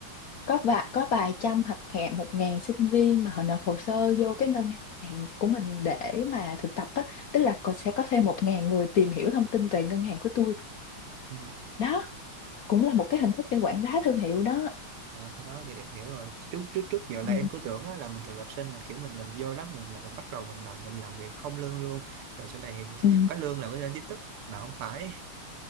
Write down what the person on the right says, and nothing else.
Ừ.
Ờ, cái đó thì em hiểu rồi trước trước trước giờ là
em cứ tưởng á, là mình thực tập sinh là kiểu mình mình vô đó mình là mình bắt đầu mình làm mình làm việc không lương luôn rồi sau này
<laughs> có lương là mới lên chính thức mà không phải